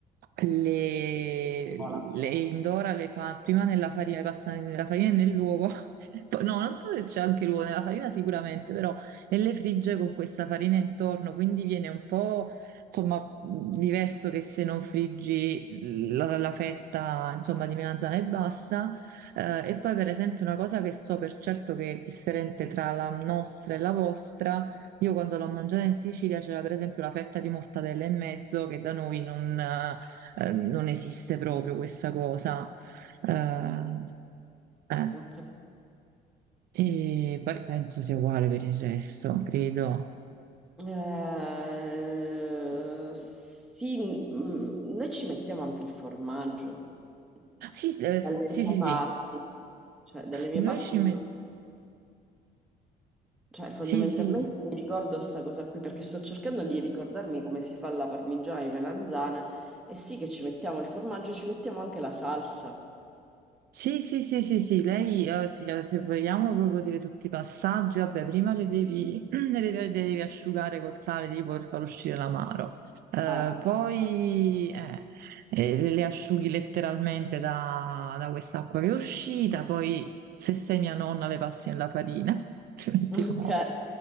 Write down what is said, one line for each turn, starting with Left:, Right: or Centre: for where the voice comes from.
Right: le,
Centre: Hola.
Right: le indora, le fa prima nella farina, le passa nella farina e nell'uovo, <laughs> Poi- no, non so se c'è anche l'uovo, nella farina sicuramente, però e le frigge con questa farina intorno, quindi viene un po' Insomma, diverso che se non friggi la, la fetta, insomma, di melanzana e basta. Eh, e poi, per esempio, una cosa che so per certo che è differente tra la nostra e la vostra, io quando l'ho mangiata in Sicilia c'era per esempio la fetta di mortadella e mezzo, che da noi non, eh, eh, non esiste proprio questa cosa. Eh,
Centre: Ok.
Right: eh.
Centre: ok.
Right: E poi penso sia uguale per il resto, credo.
Centre: Eh, sì, mm, noi ci mettiamo anche il formaggio, Cioè,
Right: Sì, eh,
Centre: dalle
Right: sì,
Centre: mie
Right: sì,
Centre: parti,
Right: sì.
Centre: cioè, dalle mie
Right: Noi
Centre: parti.
Right: ci mettiamo...
Centre: Cioè, fondamentalmente
Right: Sì, sì,
Centre: mi ricordo sta cosa qui perché sto cercando di ricordarmi come si fa la parmigiana di melanzane e sì che ci mettiamo il formaggio, ci mettiamo anche la salsa.
Right: Sì, sì, sì, sì, sì, lei, eh, sì, eh, se vogliamo proprio dire tutti i passaggi, vabbè, prima le devi, <clears throat> le devi, le devi asciugare col sale tipo per far uscire l'amaro, Eh,
Centre: Esatto.
Right: poi
Centre: <laughs>
Right: eh, eh, le le asciughi letteralmente da, da quest'acqua che è uscita, poi se sei mia nonna le passi nella farina, <laughs> altrimenti
Centre: Ok.
Right: no.